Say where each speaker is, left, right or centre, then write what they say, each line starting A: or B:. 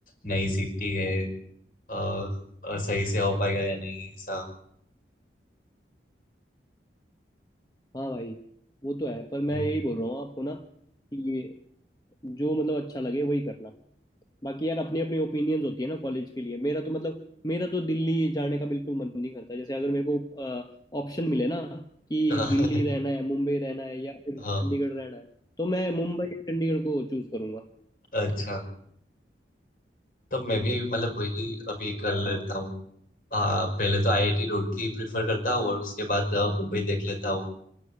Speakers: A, on the left; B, on the left.
A: नई सिटी है अ, अ, सही से हो पाएगा या नहीं ऐसा
B: हाँ भाई वो तो है पर मैं
A: हम्म।
B: यही बोल रहा हूँ आपको ना कि जो मतलब अच्छा लगे वही करना बाकी यार अपनी अपनी ओपिनियंस होती है ना कॉलेज के लिए मेरा तो मतलब मेरा तो दिल्ली जाने का बिल्कुल मन नहीं करता जैसे अगर मेरे को ऑप्शन मिले ना कि
A: <laughs>
B: दिल्ली रहना है मुंबई रहना है या फिर
A: हाँ
B: चंडीगढ़ रहना है तो मैं मुंबई या चंडीगढ़ को चूज करूंगा
A: अच्छा तो मैं भी मतलब वही अभी कर लेता
B: हाँ
A: हूँ हाँ पहले तो आईआईटी रुड़की प्रिफर करता हूँ और उसके बाद अ, मुंबई देख लेता हूँ